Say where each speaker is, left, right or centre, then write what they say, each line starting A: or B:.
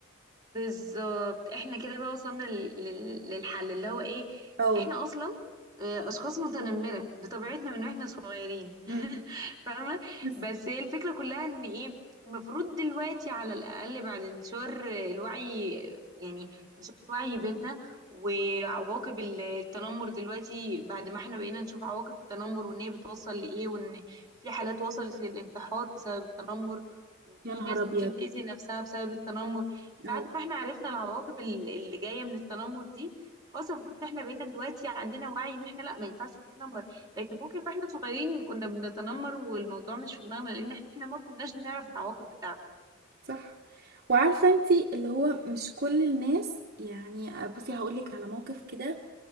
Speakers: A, on the right; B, on the right.
A: بالظبط احنا كده بقى وصلنا لل- لل- للحل اللي هو ايه
B: او
A: احنا اصلا آه، اشخاص متنمره بطبيعتنا من واحنا صغيرين <laughs>
B: مم.
A: فاهمه
B: بس
A: بس هي الفكره كلها ان ايه المفروض دلوقتي على الاقل بعد انتشار الوعي يعني انتشار الوعي بينا وعواقب التنمر دلوقتي بعد ما احنا بقينا نشوف عواقب التنمر وان هي بتوصل لايه وان في حالات وصلت للانتحار بسبب التنمر وفي
B: يا نهار
A: ناس
B: ابيض
A: ممكن تأذي نفسها بسبب التنمر بعد
B: او
A: ما احنا عرفنا العواقب ال- اللي جايه من التنمر دي خلاص المفروض ان احنا بقينا دلوقتي عندنا وعي ان احنا لا ما ينفعش نتنمر لكن ممكن واحنا صغيرين كنا بنتنمر والموضوع مش في دماغنا لان احنا ما كناش نعرف العواقب بتاعته
B: صح وعارفة انتي اللي هو مش كل الناس يعني بصي هقولك على موقف كده